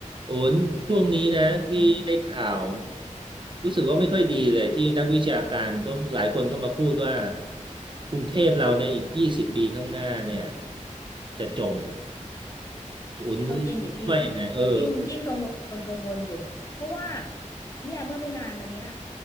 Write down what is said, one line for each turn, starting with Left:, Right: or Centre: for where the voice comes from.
Right: โอนช่วงนี้นะพี่ได้ข่าว
Left: อืม
Right: รู้สึกว่าไม่ค่อยดีเลยที่นักวิชาการเขาหลายคนเข้ามาพูดว่ากรุงเทพเราเนี่ยอีกยี่สิบปีข้างหน้าเนี่ยจะจมโอน
Left: เอาจริงดิพี่
Right: คิดว่ายังไงเออ
Left: ยิ่งยิ่งกังวลกังวลอยู่เพราะว่าเนี่ยเมื่อไม่นานมาเนี้ย